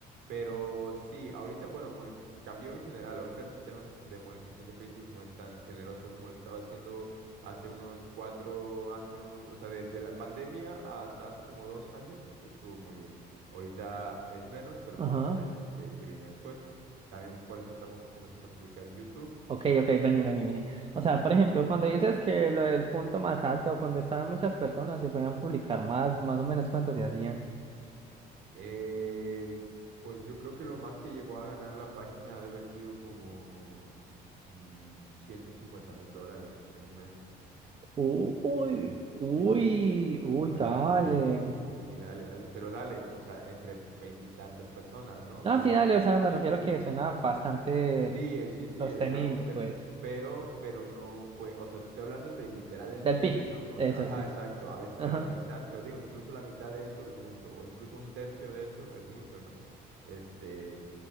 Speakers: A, on the right; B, on the right.
A: Pero sí, ahorita, bueno, moneti- cambió en general. Ahorita el sistema de monetización de Facebook no es tan generoso como lo estaba haciendo hace unos cuatro años. O sea, de, de la pandemia hasta hace como dos años estuvo muy bien. Ahorita es menos, pero
B: ajá.
A: pues no sabemos qué, qué viene después. También por eso estamos comenzando a publicar en YouTube.
B: Ok, ok,
A: Y pues...
B: vení, vení, vení. O sea, por
A: sí.
B: ejemplo, cuando dices que lo del punto más alto, cuando estaban muchas personas y podían publicar más, más o menos cuántos se hacían.
A: Eh, pues yo creo que lo más que llegó a ganar la página ha de haber sido como mm, ciento cincuenta mil dólares en un mes.
B: Uy, uy,
A: Sí, sí,
B: uy,
A: claro,
B: dale.
A: claro, sí, sí, dale, dale. Pero dale, o sea, entre veintitantas personas, ¿no?
B: No,
A: Y
B: sí,
A: no
B: dale,
A: hay que...
B: o sea, me refiero
A: Sí,
B: que suena bastante
A: sí, eh, sí, sí,
B: sostenible,
A: es algo, pero,
B: pues.
A: pero, pero no fue, o sea, te estoy hablando de literal el
B: Del
A: pic,
B: pick,
A: ¿no? O
B: eso
A: sea, ajá,
B: sí.
A: exacto, a veces
B: Ajá.
A: era la mitad, pero digo, incluso la mitad de eso es mucho, o incluso un tercio de eso es mucho, ¿no? Este...